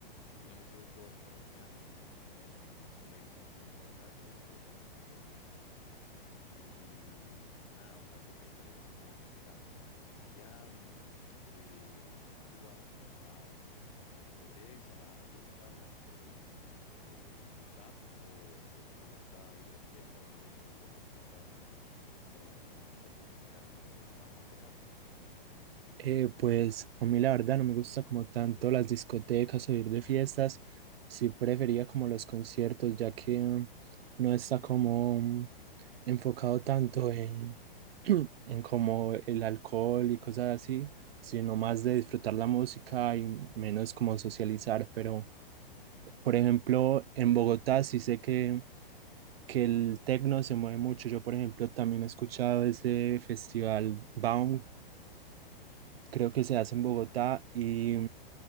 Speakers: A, on the left; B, on the right.
A: si no me equivoco, es colombiano, que también es la segunda edición que vienen para acá y ahora estuvo muy, muy bueno. Y, y nada, o sea, fiesta electrónica siempre hay mucho acá. Allá mm, eh, tú vas a, a- a- a discotecas, vas a fiestas de, de, de trap o, o que te gusta ir de fiesta o no te gusta tanto ir de fiesta como de música, sino como que es más más de casa.
B: Eh, pues a mí la verdad no me gusta como tanto las discotecas o ir de fiestas. Sí prefería como los conciertos, ya que mm, no está como mm, enfocado tanto en, en como el alcohol y cosas así, sino más de disfrutar la música y menos como socializar, pero... Por ejemplo, en Bogotá sí sé que, que el tecno se mueve mucho. Yo, por ejemplo, también he escuchado ese festival Baum, creo que se hace en Bogotá y,